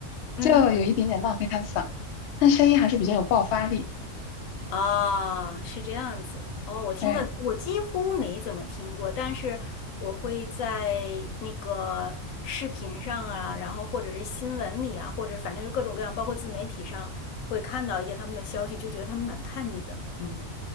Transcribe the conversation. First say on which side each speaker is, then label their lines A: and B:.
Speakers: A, on the left; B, on the left.
A: 嗯，
B: 就有一点点浪费他的嗓音，但声音还是比较有爆发力。
A: 啊，是这样子。哦，我听的我几乎没怎么听过，
B: 对，
A: 但是我会在那个视频上啊，然后或者是新闻里啊，或者反正就各种各样，包括自媒体上会看到一些他们的消息，就觉得他们蛮叛逆的。嗯